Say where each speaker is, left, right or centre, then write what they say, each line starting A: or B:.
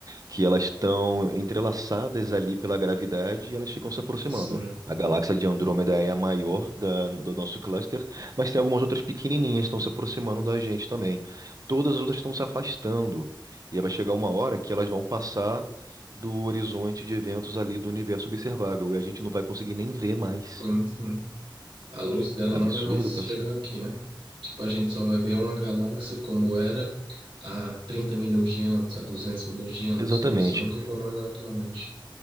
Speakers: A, on the right; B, on the right.
A: que elas estão entrelaçadas ali pela gravidade e elas ficam se aproximando.
B: sim,
A: A galáxia de Andrômeda é a maior da- do nosso cluster, mas tem algumas outras pequenininhas que estão se aproximando da gente também. Todas as outras estão se afastando. E aí vai chegar uma hora que elas vão passar do horizonte de eventos ali do universo observável e a gente não vai conseguir nem ver mais.
B: sim, sim. A luz dela
A: Absurdo
B: não vai mais
A: pensando.
B: chegar aqui, né? Tipo, a gente só vai ver uma galáxia como era há 30 milhões de anos, há duzentos milhões de anos,
A: Exatamente.
B: mas nunca como ela é atualmente.